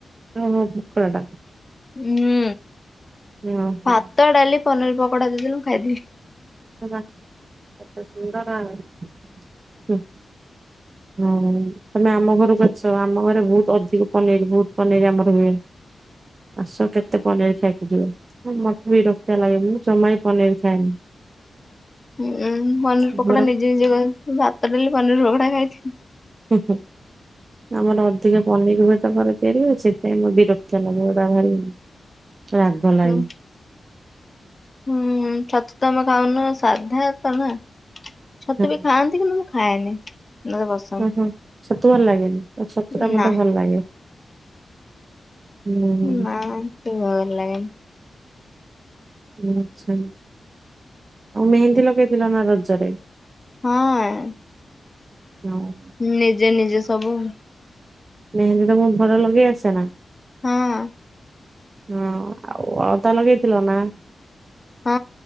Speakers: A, on the right; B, on the left.
A: ଓ ହୋ ପକୋଡା ଟା।
B: ହୁଁ
A: ଓହୋ
B: ଭାତ ଡାଲି ପନିର ପକୋଡା ଦେଇଦେଲେ ମୁଁ ଖାଇଦେବି।
A: ବାଃ ଏତେ ସୁନ୍ଦର ହ। ହଁ ତମେ ଆମ ଘରକୁ ଆଛ ଆମ ଘରେ ବହୁତ ଅଧିକ ପନିର ବହୁତ ପନିର ଆମର ହୁଏ। ଆସ କେତେ ପନିର ଖାଇକି ଯିବ। ହଁ ମତ ବି ବିରକ୍ତିଆ ଲାଗେ ମୁଁ ଜମା ବି ପନିର ଖାଏନି।
B: ଉୁଁ ପନିର
A: ଆମର
B: ପକୋଡା ନିଜେ ନିଜେ କ ଭାତ ଡାଲି ପନିର ପକୋଡା ଖାଇଚି।
A: ହୁ ହୁ ଆମର ଅଧିକା ପନିର ହୁଏ। ତ ଘରେ ତିଆରି ହୁଏ। ସେଥିପାଇଁ ମ ବିରକ୍ତ ଲାଗେ ଏଗୁଡା ଭାରି। ରାଗ ଲାଗେ
B: ହୁଁ। ହୁଁ ଛତୁ ତମେ ଖାଉନ ସାଧା ତ ନା? ଛତୁ
A: ହଁ
B: ବି ଖାଆନ୍ତି କିନ୍ତୁ ମୁଁ ଖାଏନି। <unintelligible>
A: ଓହୋ ଛତୁ ଭଲ ଲାଗେନି ଛତୁ
B: ନାହିଁ
A: ଟା ମତେ
B: ନା
A: ଭଲ ଲାଗେ। ହୁଁ
B: ନା ସେ ଭଲ ଲାଗେନି।
A: ଆଛା। ଆଉ ମେହେନ୍ଦୀ ଲଗେଇଥିଲ ନା ରଜରେ?
B: ହଁ।
A: ହଁ।
B: ନିଜେ ନିଜେ ସବୁ
A: ମେହେନ୍ଦୀ ତମକୁ ଭଲ ଲଗେଇ ଆସେ ନା?
B: ହଁ।
A: ହଁ ଆଉ ଅଳତା ଲଗେଇଥିଲ ନା?
B: ହଁ